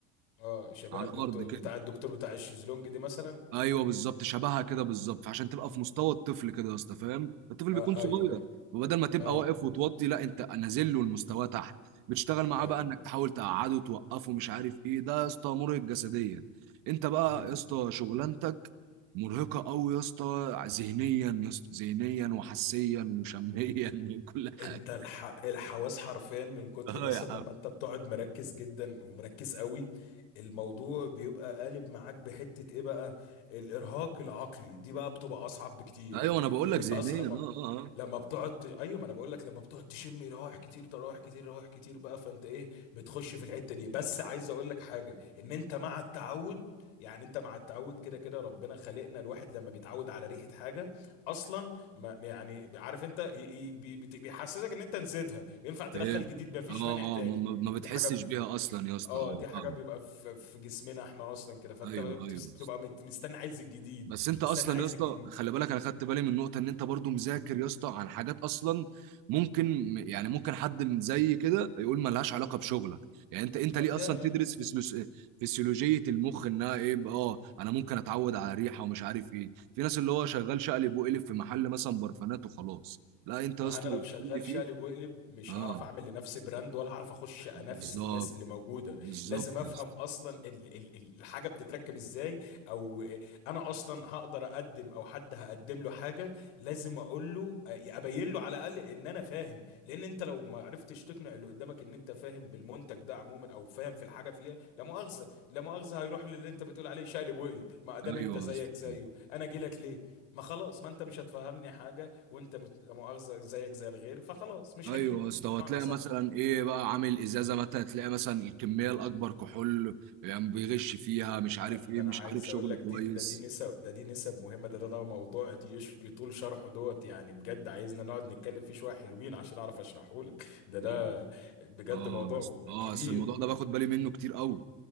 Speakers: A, on the left (about 85°); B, on the right (about 60°).
A: اه شبه
B: على
A: الدكتور
B: الارض كده
A: بتاع الدكتور بتاع الشيزلونج دي مثلا
B: ايوه بالظبط شبهها كده بالظبط فعشان تبقى في مستوى الطفل كده يا اسطى فاهم الطفل
A: اه
B: بيكون صغير
A: ايوه ايوه
B: وبدل ما تبقى
A: اه
B: واقف وتوضي لا انت نازل له المستوى تحت بتشتغل معاه
A: ايوه
B: بقى انك تحاول تقعده توقفه مش عارف ايه ده يا اسطى مرهق جسديا انت بقى
A: امم
B: يا اسطى شغلانتك مرهقه قوي يا اسطى ذهنيا يا اسطى ذهنيا وحسيا وشميا <laughs> وكل حاجه
A: انت الح... الحواس حرفيا من كتر
B: اه
A: مثلا
B: يا عم
A: لما انت بتقعد مركز جدا ومركز قوي الموضوع بيبقى قالب معاك بحتة ايه بقى الارهاق العقلي دي بقى بتبقى اصعب بكتير
B: ايوه انا بقول
A: لان
B: لك
A: انت
B: ذهنيا
A: اصلا لما
B: اه اه اه
A: لما بتقعد ت- ايوه ما انا بقول لك لما بتقعد تشم روايح كتير تراوح كتير روايح كتير بقى فانت ايه بتخش في الحتة دي بس عايز اقول لك حاجة ان انت مع التعود يعني انت مع التعود كده كده ربنا خلقنا الواحد لما بيتعود على ريحة حاجة اصلا ما يعني عارف انت ي- ي- بي- بت- بيحسسك ان انت نسيتها ينفع تدخل
B: فاهم
A: جديد مفيش
B: اه
A: مانع تاني
B: اه ما ما- ما بتحسش
A: دي حاجه ب...
B: بيها اصلا يا اسطى
A: اه
B: اه
A: دي حاجه
B: فاهم
A: بيبقى في, في جسمنا احنا اصلا كده فانت
B: ايوه
A: بقى بتس-
B: ايوه
A: بتبقى مت- مستني عايز الجديد
B: بس انت
A: مستني
B: اصلا
A: عايز
B: يا اسطى
A: الجديد
B: خلي بالك انا خدت بالي من النقطه ان انت برضو مذاكر يا اسطى عن حاجات اصلا ممكن يعني ممكن حد من زي كده يقول ما لهاش علاقه بشغلك يعني انت انت
A: اه
B: ليه
A: يا
B: اصلا تدرس فسلوس... فسيولوجيه المخ انها ايه بقى، اه انا ممكن اتعود على ريحه ومش عارف ايه في ناس اللي هو شغال شقلب وقلب في محل مثلا برفانات وخلاص لا انت يا
A: ما
B: اسطى
A: انا لو شغال
B: اللي فيه
A: شقلب وقلب مش
B: اه
A: هعرف اعمل لنفسي براند ولا هعرف اخش انافس
B: بالظبط
A: الناس اللي موجوده
B: بالظبط
A: لازم افهم
B: يا اسطى
A: اصلا ال ال ال- الحاجه بتتركب ازاي او انا اصلا هقدر اقدم او حد هقدم له حاجه لازم اقول له ابين له على الاقل ان انا فاهم لان انت لو ما عرفتش تقنع اللي قدامك ان انت فاهم بالمنتج ده عموما او فاهم في الحاجه فيها لا مؤاخذه لا مؤاخذه هيروح للي انت بتقول عليه شقلب وقلب ما ادام
B: ايوه
A: انت زيك
B: يا اسطى
A: زيه انا اجي لك ليه ما خلاص ما انت مش هتفهمني حاجه وانت مت- لا مؤاخذه زيك زي الغير فخلاص مش
B: ايوه
A: هجيلك
B: يا اسطى وهتلاقي
A: معنى صح
B: مثلا ايه بقى عامل ازازه مثلا تلاقي مثلا الكميه الاكبر كحول يعني بيغش فيها مش عارف
A: ده
B: ايه
A: انا
B: مش
A: عايز
B: عارف شغل
A: اقول لك دي
B: كويس
A: ده دي نسب ده دي نسب مهمه ده ده, ده موضوع دي يشلي طول شرحه دوت يعني بجد عايزنا نقعد نتكلم فيه شويه حلوين عشان اعرف اشرحه لك ده ده
B: يعني
A: بجد
B: اه
A: موضوع
B: يا اسطى اه
A: كبير
B: بس الموضوع ده باخد بالي منه كتير قوي